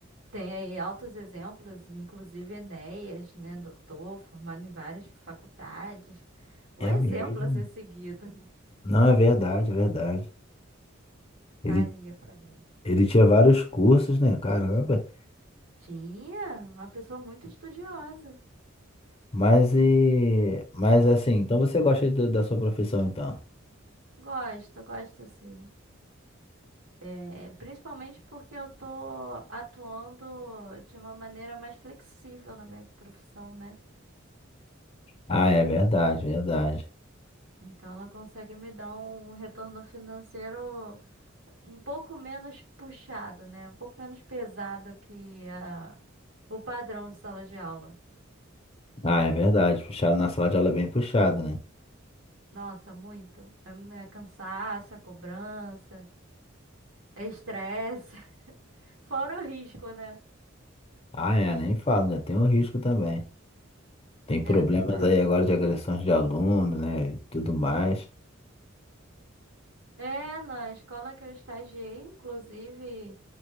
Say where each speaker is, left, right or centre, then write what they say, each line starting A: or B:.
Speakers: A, on the right; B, on the left.
A: Tem aí altos exemplos, inclusive Enéas, né? Doutor, formado em várias faculdades. Um
B: É
A: exemplo
B: mesmo?
A: a ser seguido.
B: Não, é verdade, é verdade. Ele
A: Faria, faria.
B: Ele tinha vários cursos, né? Caramba.
A: Tinha uma pessoa muito estudiosa.
B: Mas e. Mas assim, então você gosta do- da sua profissão, então?
A: Gosto, gosto sim. É, principalmente porque eu tô atuando de uma maneira mais flexível na minha profissão, né?
B: Ah, é verdade, verdade.
A: Então ela consegue me dar um retorno financeiro um pouco menos puxado, né? Um pouco menos pesado que a- o padrão de sala de aula.
B: Ah, é verdade. Puxado na sala de aula é bem puxado, né?
A: Nossa, muito. É, é cansaço, é cobrança, é estresse, <laughs> fora o risco, né?
B: Ah, é, nem falo, né? Tem o risco também. Tem problemas
A: É verdade.
B: aí agora de agressões de aluno, né? E tudo mais.
A: É, na escola que eu estagiei, inclusive,